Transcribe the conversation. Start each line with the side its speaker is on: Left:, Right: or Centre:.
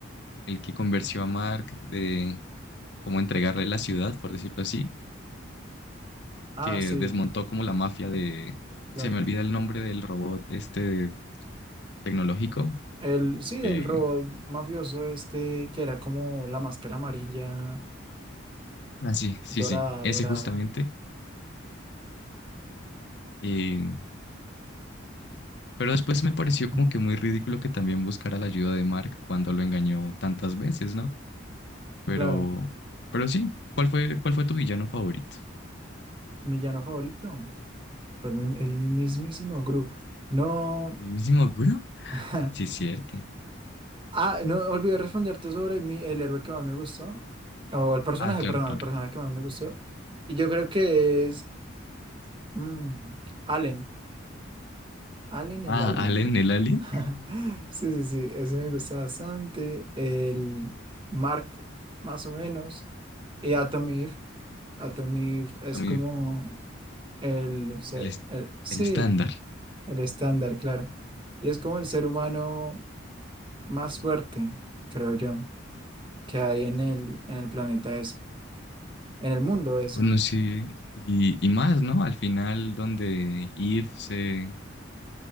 Left: el que convenció a Mark de cómo entregarle la ciudad, por decirlo así,
Right: Ah,
Left: que
Right: sí,
Left: desmontó como la mafia de,
Right: claro.
Left: se me olvida el nombre del robot este tecnológico,
Right: El, sí,
Left: que,
Right: el robot mafioso este que era como la máscara amarilla,
Left: ah, sí, sí,
Right: dorada,
Left: sí, ese
Right: dorada.
Left: justamente. Y- pero después me pareció como
Right: <laughs>
Left: que muy ridículo que también buscara la ayuda de Mark cuando lo engañó tantas veces, ¿no? Pero,
Right: Claro,
Left: pero sí, ¿cuál fue, cuál fue tu villano favorito?
Right: mi llano favorito. Fue el, mi- el mismísimo Gru. No,
Left: ¿Mismo Guro?
Right: <laughs>
Left: Sí, es cierto.
Right: Ah, no olvidé responderte sobre mi, el héroe que más me gustó. O el personaje,
Left: Ah, claro,
Right: perdón,
Left: claro.
Right: el personaje que más me gustó. Y yo creo que es mm, Allen. Allen el
Left: Ah,
Right: alien.
Left: Allen, el Alien,
Right: <laughs> Sí, sí, sí. Ese me gusta bastante. El Mark, más o menos. Y Atom Eve. Atom Eve
Left: Atomif,
Right: es como el, se-
Left: el, es-
Right: el- sí,
Left: el estándar.
Right: el estándar, claro. Y es como el ser humano más fuerte, creo yo. que hay en el, en el planeta ese, en el mundo ese.
Left: Bueno, sí, y, y más, ¿no? Al final, donde Eve se,